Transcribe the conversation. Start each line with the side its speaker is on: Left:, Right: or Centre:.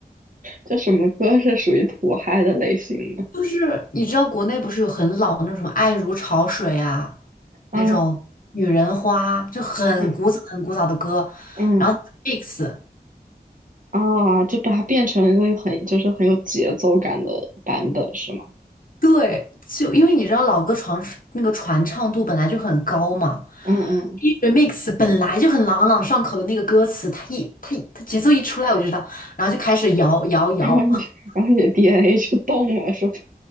Right: 这什么歌是属于土嗨的类型呢？
Left: 就是你知道国内不是有很老的那种什么《爱如潮水》啊，那种《女人花》，
Right: 嗯
Left: 就很古早很古早的歌，
Right: 嗯嗯，
Left: 然后 mix。
Right: 啊，就把它变成了一个很就是很有节奏感的版本是吗？
Left: 对，就因为你知道老歌传那个传唱度本来就很高嘛，
Right: 嗯嗯，
Left: 一 remix 本来就很朗朗上口的那个歌词，它一它一它节奏一出来我就知道，然后就开始摇摇摇。
Right: 然后你然后你的
Left: <laughs>
Right: DNA 就动了是吗？